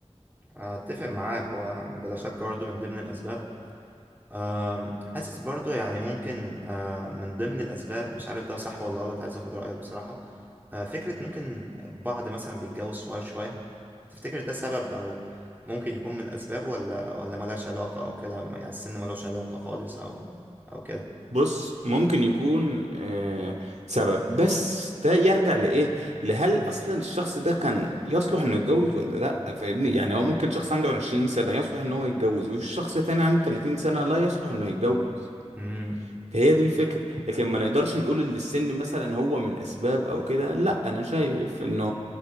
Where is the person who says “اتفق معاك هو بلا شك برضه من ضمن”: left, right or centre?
Right